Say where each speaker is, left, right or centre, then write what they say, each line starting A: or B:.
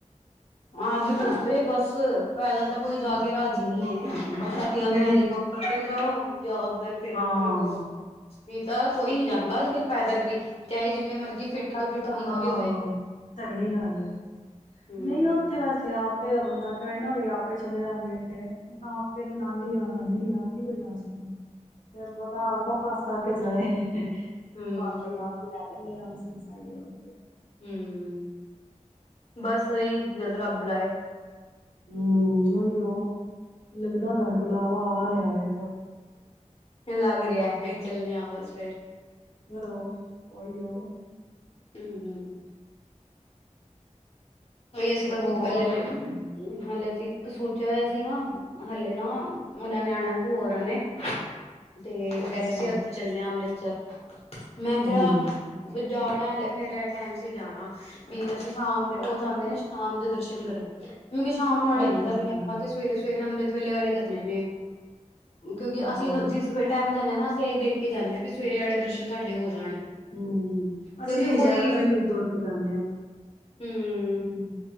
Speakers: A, on the left; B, on the left.
A: ਅੱਜ ਕੱਲ ਤੇ ਬੱਸ ਪੈਦਲ ਤਾਂ ਕੋਈ ਜਾ ਕੇ ਰਾਜ਼ੀ
B: ਹੋਰ
A: ਨੀ ਹੈ ਮੈਂ ਤਾ ਕਿਹਾ ਤੇ
B: ਮੇਰੀ
A: ਹੈ ਹੈਲੀਕਪਟਰ ਤੇ ਜਾਓ ਜਾਂ ਉੱਧਰ ਫੇਰ
B: ਹਾਂ
A: ਉੱਧਰ ਕੋਈ ਤਾਂ ਕੋਈ ਨੀ ਜਾਂਦਾ ਅੱਜ ਕੱਲ ਪੈਦਲ ਵੀ ਚਾਹੇ ਜਿੰਨੇ ਮਰਜ਼ੀ
B: ਸੱਤ
A: ਫਿੱਟ ਤੋਂ ਫਿੱਟ
B: ਦਾ-
A: ਬੰਦਾ
B: ਹਾਂ
A: ਵੀ ਹੋਵੇ
B: ਸਹੀ ਗੱਲ ਏ
A: ਹਮ।
B: ਨਹੀਂ ਉੱਥੇ ਵੈਸੇ ਆਪੇ ਦਾ ਬੰਦਾ ਕਵੇ ਨਾ ਵੀ ਆਪੇ ਆਪੇ ਚਲੇ ਜਾਂਦੇ ਆਪੇ ਤਾਂ ਨਾਨੀ ਯਾਦ ਆ ਜਾਏਗੀ ਆਪੇ ਨੀ ਕੋਈ ਜਾ ਸਕਦਾ ਤੇ ਪਤਾ ਅਰਦਾ ਪਾਸ ਕਰਕੇ ਜਾਏ
A: ਹੂੰ
B: ਬਾਬਾ ਆ <unintelligible>
A: ਹਮ ਬਸ ਸਹੀ ਜਦੋਂ ਰੱਬ ਲਾਏ
B: ਹਮ ਓਹੀ ਓ ਲੱਗਦਾ ਤੈਨੂੰ ਬੁਲਾਵਾ ਆ ਰਿਹਾ ਵੇਂ
A: ਲੱਗ ਰਹੀਆਂ ਚੱਲੇ ਆ ਬਸ ਫੇਰ
B: ਹੈਲੋ ਓਹੀ ਓ
A: ਹਮ ਹਮ ਉਈ ਅਸੀਂ ਤਾਂ ਖੁਦ
B: ਹੋਰ
A: ਪਹਿਲੇ ਹਾਲੇ ਸੀ ਇੱਕ ਸੋਚਿਆ ਹੋਇਆ ਸੀਗਾ ਹਲੇ ਨਾ <unintelligible> ਨੇ ਅਨਾ ਹੈ ਭੂਆ ਹੋਰਾਂ ਨੇ ਤੇ ਵਗੈਰਾ
B: ਅੱਛਾ
A: ਅਸੀਂ ਉੱਥੇ ਚੱਲੇ ਹਾਂ ਅੰਮ੍ਰਿਤ ਸਰ ਮੈਂ
B: ਹੂੰ
A: ਕਿਹਾ ਜਾਣਾ ਤੇ ਫੇਰ ਇਹ ਟਾਈਮ ਸਿਰ ਜਾਣਾ ਵੀ ਅਸੀਂ ਸ਼ਾਮ ਦੇ ਉਹ ਜਾਂਦੇ ਨੇ ਸ਼ਾਮ ਦੇ ਦਰਸ਼ਨ ਕਰਨ ਮੈਂ ਕਿਹਾ ਸ਼ਾਮ ਆਲੇ
B: ਅੱਛਾ-ਅੱਛਾ
A: ਨੀ ਕਰਨੇ ਆਪਾਂ ਤੇ ਸਵੇਰੇ ਸਵੇਰੇ ਅੰਮ੍ਰਿਤ ਵੇਲੇ ਵਾਲੇ ਕਰਨੇ ਨੇ ਕਿਉਂਕਿ
B: ਕਮਾਲ
A: ਅਸੀਂ
B: ਏ
A: ਜਿਸ ਵੀ ਟਾਈਮ ਜਾਂਦੇ ਹਾਂ ਨਾ ਅਸੀਂ ਅਸੀ ਦੇਖ ਕੇ ਜਾਂਦੇ ਹਾਂ ਵੀ ਸਵੇਰੇ ਵਾਲੇ ਦਰਸ਼ਨ ਸਾਡੇ ਹੋ ਜਾਣ
B: ਹਮ ਅਸੀਂ
A: ਕਿਉਂਕਿ
B: ਵੀ
A: ਉਹੀ
B: ਜਿਆਦਾ ਤਰ ਇਹੀ ਸੋਚ ਕੇ ਜਾਂਦੇ ਹਾਂ
A: ਹੂੰ
B: ਹੂੰ